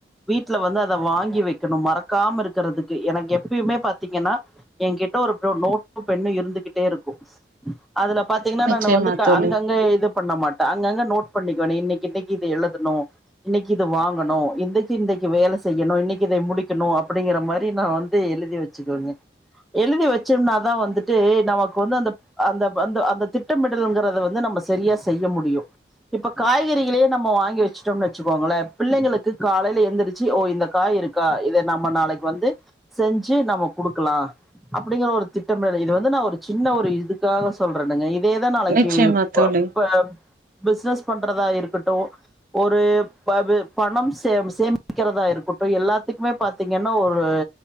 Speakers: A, in the centre; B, on the right (about 50°).
A: வீட்ல வந்து அத வாங்கி வைக்கனும் மறக்காம இருக்கறதுக்கு எனக்கு எப்பயுமே பாத்தீங்கன்னா ஏன்கிட்ட ஒரு நோட்டும் பென்னும் இருந்துகிட்டே இருக்கும் அதுல பாத் தீங்கன்னா
B: நிச்சயமா
A: நானு வந்து க
B: தோழி
A: அங்கங்க இது பண்ண மாட்டன் அங்கங்க நோட் பண்ணிக்குவன் இன்னைக் இன்னைக்கி இது எழுதனும் இன்னைக்கி இத வாங்கனும் இந்தைக்கி இந்தைக்கி வேல செய்யனும் இன்னைக்கி இத முடிக்கனும் அப்டிங்கிற மாரி நா வந்து எழுதி வச் ச்சிவங்க எழுதி வச்சோம்னாதா வந்துட்டு நமக்கு வந்து அந்த அந்த அந்த அந்த திட்டமிடல்ங்கிறத வந்து நம்ம சரியா செய்ய முடியும் இப்ப காய்கறிகளே நம்ம வாங்கி வச் சிட்டோம் வச்சிகோங்களே பிள்ளைங்களுக்கு காலையில எந்திரிச்சி ஓ இந்த காய் இருக்கா இத நம்ம நாளைக்கு வந்து செஞ்சி நம்ம குடுக்கலா அப்படிங்கற ஒரு திட்டம் இது வந்து நா ஒரு சின்ன ஒரு இதுக்காக சொல்றேனுங்க இதேதா நாளைக்கு
B: நிச்சயமா தோழி
A: ப பிசினஸ் பண்றதா இருக்கட்டு ஒரு ப பணம் சே சேமிக்கிறதா இருக்கட்டும் எல்லாத்துக்குமே பாத்தீங்கன்னா ஒரு